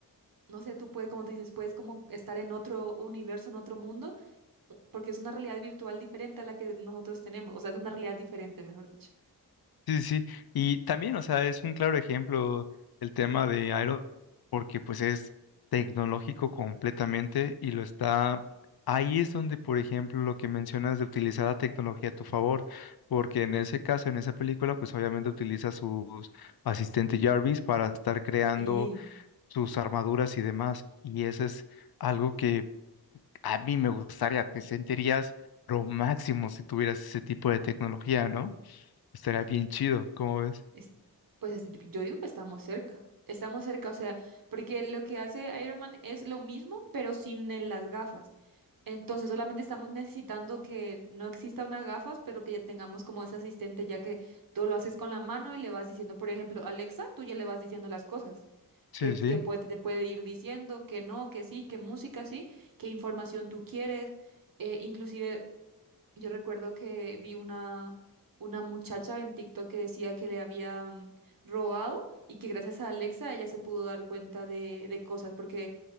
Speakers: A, on the right; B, on the left.
A: no sé, tú puedes, como tú dices, puedes como estar en otro universo, en otro mundo, porque es una realidad virtual diferente a la que nosotros tenemos, o sea, es una realidad diferente, mejor dicho.
B: Sí, sí, sí. Y también, o sea, es un claro ejemplo el tema de Aero, porque pues es tecnológico completamente y lo está... Ahí es donde, por ejemplo, lo que mencionas de utilizar la tecnología a tu favor, porque en ese caso, en esa película, pues obviamente utiliza su asistente Jarvis para estar creando
A: Sí,
B: sus armaduras y demás. Y eso es algo que a mí me gustaría, te sentirías lo máximo si tuvieras ese tipo de tecnología, ¿no? Estaría bien chido, ¿cómo ves?
A: es- pues es- yo digo que estamos cerca, estamos cerca, o sea, porque lo que hace Iron Man es lo mismo, pero sin el- las gafas. Entonces solamente estamos necesitando que no exista una gafas, pero que ya tengamos como ese asistente, ya que tú lo haces con la mano y le vas diciendo, por ejemplo, Alexa, tú ya le vas diciendo las cosas,
B: Sí,
A: que,
B: sí, sí.
A: que puede, te puede ir diciendo que no, que sí, que música sí, qué información tú quieres. Eh, inclusive yo recuerdo que vi una, una muchacha en TikTok que decía que le habían robado y que gracias a Alexa ella se pudo dar cuenta de, de cosas, porque